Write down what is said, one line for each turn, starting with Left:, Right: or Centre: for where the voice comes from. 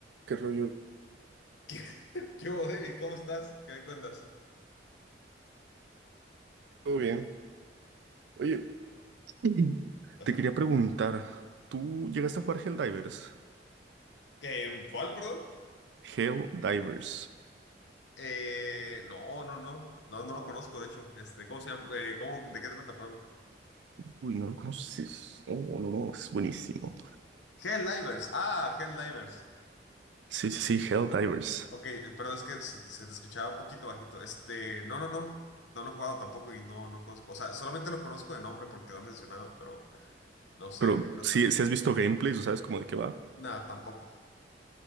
Right: ¿Qué rollo?
Left: ¿Qué, qué hubo, David? ¿Cómo estás? ¿Qué me cuentas?
Right: ¿Todo bien? Oye, Mm.
Left: Ajá.
Right: te quería preguntar, ¿tú llegaste a jugar Helldivers?
Left: ¿Qué- ¿cuál, perdón?
Right: Helldivers.
Left: Eh, no, no, no. No, no lo conozco, de hecho. Este, ¿cómo se llama? Eh, ¿cómo, de qué trata, perdón?
Right: Uy, no lo conoces. Oh, no, no, es buenísimo.
Left: Helldivers. Ah, Helldivers.
Right: Sí, sí, sí, Helldivers.
Left: Ok, eh, perdón, es que se, se te escuchaba un poquito bajito. Este, no, no, no. No lo he jugado tampoco y no, no conozco. O sea, solamente lo conozco de nombre porque lo han mencionado, pero no sé
Right: Pero
Left: de qué trata.
Right: si, si has visto gameplays o sabes cómo de qué va.
Left: Nada, tampoco.